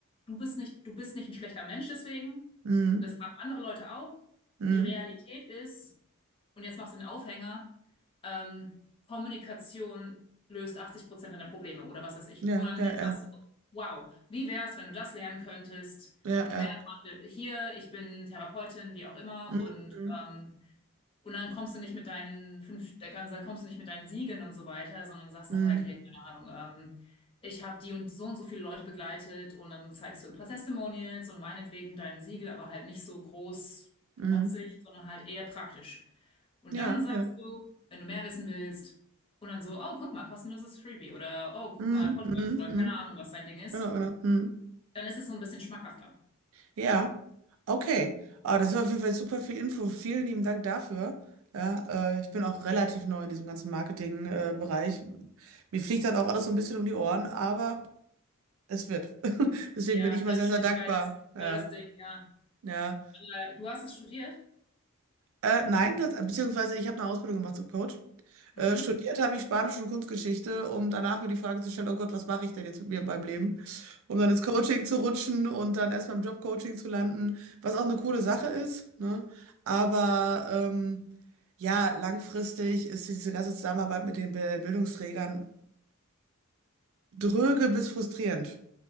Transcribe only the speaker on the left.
du bist nicht, du bist nicht ein schlechter Mensch deswegen,
das haben andere Leute auch.
Die Realität ist, und jetzt machst du den Aufhänger. Ähm, Kommunikation löst 80 Prozent deiner Probleme oder was weiß ich.
Und dann
sagst du, wow, wie wär's, wenn du das lernen könntest,
wenn du
mehr erfahren will- Hier, ich bin Therapeutin, wie auch immer,
und ähm, und dann kommst du nicht mit deinen fünf, da kannst- da kommst du nicht mit deinen Siegeln und so weiter, sondern sagst
du halt hier, keine Ahnung, ähm, ich habe die und so und so viele Leute begleitet und dann zeigst du ein paar Testimonials und meinetwegen dein Siegel, aber halt nicht so groß
protzig, sondern halt eher praktisch. Und
dann sagst
du, wenn du mehr wissen willst, und dann so, oh, guck mal, kostenloses Freebie oder oh, guck
mal, Podcast
oder
keine Ahnung, was dein Ding ist,
dann ist es so ein bisschen schmackhafter.
Ja,
Selbstständigkeit
ist
voll das Ding, ja.
Aber du hast es studiert?
Mhm.